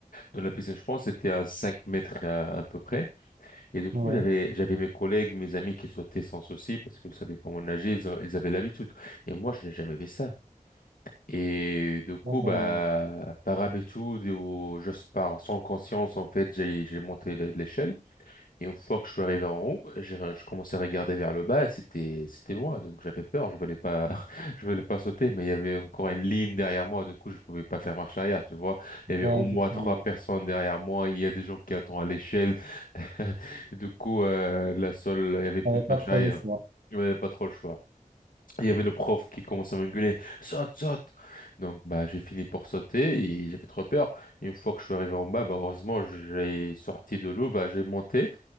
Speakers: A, on the left; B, on the right.
A: dans la piscine. Je pense que c'était à 5 mètres à, à peu près. Et du coup,
B: ouais.
A: j'avais j'avais mes collègues, mes amis qui sautaient sans souci parce qu'ils savaient comment nager, ils, ont- ils avaient l'habitude. Et moi, je n'ai jamais fait ça. Et du coup,
B: D'accord.
A: bah par habitude ou juste par sans conscience, en fait, j'ai j'ai monté l'é- l'échelle. Et une fois que je suis arrivé en haut, j'ai, je commençais à regarder vers le bas et c'était, c'était loin. Donc j'avais peur, je voulais pas, <laughs> je voulais pas sauter, mais il y avait encore une ligne derrière moi. Du coup, je pouvais pas faire marche arrière, tu vois. Il y avait
B: Ouais,
A: au
B: effectivement.
A: moins trois personnes derrière moi. Il y a des gens qui attendent à l'échelle. <laughs> Du coup, euh, la seule, il y avait plus
B: J'avais
A: de
B: pas
A: marche
B: trop
A: arrière.
B: le choix.
A: Il y avait pas trop le choix. Il y avait le prof qui commençait à m'engueuler, saute, saute. Donc, bah, j'ai fini pour sauter et j'avais trop peur. Une fois que je suis arrivé en bas, bah, heureusement, j'ai sorti de l'eau, bah, j'ai monté.